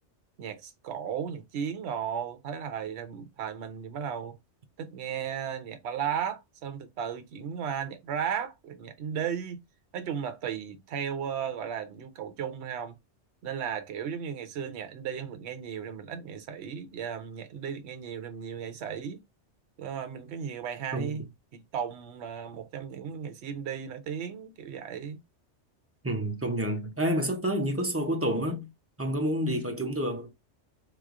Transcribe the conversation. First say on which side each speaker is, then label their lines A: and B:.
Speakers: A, on the right (about 65°); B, on the right (about 15°).
A: nhạc cổ nhạc chiến rồi thấy thầy thầy mình thì bắt đầu thích nghe nhạc ballad xong từ từ chuyển qua nhạc rap rồi nhạc indie nói chung là tùy theo ờ, gọi là nhu cầu chung hay không nên là kiểu giống như ngày xưa nhạc indie không được nghe nhiều thì mình ít nghệ sĩ Giờ nhạc indie được nghe nhiều thì mình nhiều nghệ sĩ Ờ, mình có nhiều bài hay
B: ừ
A: thì Tùng là một trong những nghệ sĩ indie nổi tiếng kiểu vậy
B: Ừ, công nhận. Ê, mà sắp tới hình như có show của Tùng á. Ông có muốn đi coi chúng tôi không?